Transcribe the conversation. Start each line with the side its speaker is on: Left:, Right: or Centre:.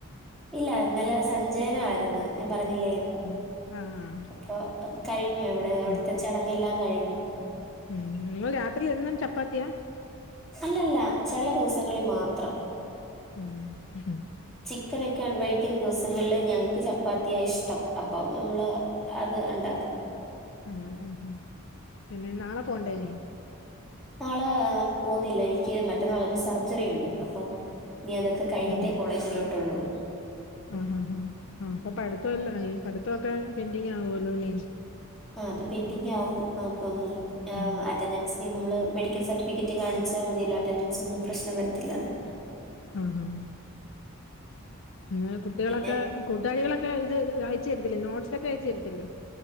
Centre: ഇല്ല ഇന്നലെ സഞ്ചയനം ആരുന്നു ഞാൻ പ പറഞ്ഞില്ലേ ഞാൻ
Left: ആഹ് ആഹ്
Centre: അപ്പൊ കഴിഞ്ഞോ അവിടെ അവിടത്തെ
Left: ഉം
Centre: ചടങ്ങെല്ലാം കഴി ഞ്ഞു
Left: ഉം നിങ്ങള് രാത്രിയിൽ എന്നും ചപ്പാത്തിയാ
Centre: അല്ലല്ല ചില ദിവസങ്ങളിൽ മാത്രം
Left: ഉം ഉം
Centre: ചിക്കനൊക്കെ മേടിക്കുന്ന ദിവസങ്ങളില് ഞങ്ങൾക്ക് ചപ്പാത്തിയാ ഇഷ്ടം അ പ്പം ഞങ്ങള് അത് ഉണ്ടാക്കും
Left: ആഹ് ആഹ് ആഹ് പിന്നെ നാളെ പോകണ്ടേ ഇനിയും
Centre: നാളെ പോന്നില്ല എനിക്ക് മറ്റന്നാളൊര് ഒരു സർജറി ഉണ്ട് അപ്പൊ ഇനി അതൊക്കെ കഴിഞ്ഞിട്ടേ
Left: ഓഹ്
Centre: കോളേജിലോട്ടുള്ളൂ.
Left: ആഹ് ആഹ് ആഹ് അപ്പൊ പഠിത്തവെല്ലാ ആയി പഠിത്തൊക്കെ പെൻഡിംഗ് ആവുവല്ലോ ല്ലേ.
Centre: ആ അത് പെൻഡിംഗ് ആവും അപ്പം ആ
Left: ഉം
Centre: അറ്റൻഡൻസ് എനി നമ്മള് മെഡിക്കൽ സർട്ടിഫിക്കറ്റ് കാണിച്ചാ മതിയല്ലോ അറ്റൻഡൻസ് ഒന്നും പ്രശ്നം വരത്തില്ലെന്ന്
Left: ആഹ് ആഹ് പിന്നെ കുട്ടികളൊക്കെ
Centre: പിന്നെ
Left: കൂട്ടുകാരിളൊക്ക് <unintelligible> ഇത് അയച്ച് തരത്തില്ലേ? നോട്ട്സൊക്കെ അയച്ച് തരത്തില്ലേ?